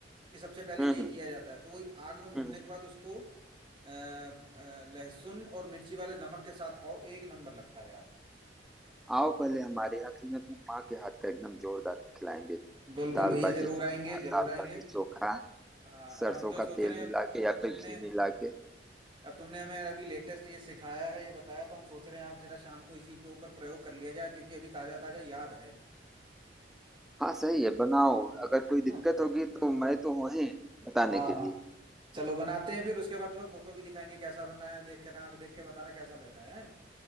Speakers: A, on the right; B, in the centre.
A: कि सबसे पहले
B: हम्म,
A: यही
B: हम्म,
A: किया जाता है तो वही आग में भुनने
B: हम्म,
A: के बाद उसको अ, अ, लहसुन और मिर्ची वाले नमक के साथ खाओ एक नंबर लगता है यार
B: आओ पहले हमारे यहाँ तुम्हें अपनी माँ के हाथ का एकदम जोरदार खिलाएंगे
A: बिल्कुल
B: दाल
A: भैया
B: बाटी
A: जरूर
B: चोखा
A: आएंगे जरूर
B: दाल
A: आएंगे
B: बाटी चोखा
A: हाँ और
B: सरसों
A: हम तो
B: का
A: सोच
B: तेल
A: रहे हैं
B: मिला
A: अब
B: के
A: अब
B: या
A: तुमने
B: फिर घी मिला के
A: अब तुमने हमें अभी लेटेस्ट ये सिखाया है ये बताया तो हम सोच रहे हैं आज जरा शाम को इसी के ऊपर प्रयोग कर लिया जाए क्योंकि अभी ताजा ताजा याद है
B: हाँ सही है बनाओ अगर कोई
A: है
B: दिक्कत
A: ना
B: होगी तो मैं तो हूँ ही बताने
A: हाँ
B: के
A: हाँ।
B: लिए
A: चलो बनाते हैं फिर उसके बाद तुम्हें फोटो भी दिखाएंगे कैसा बन रहा है देख के ना देख के बताना कैसा लग रहा है हैं?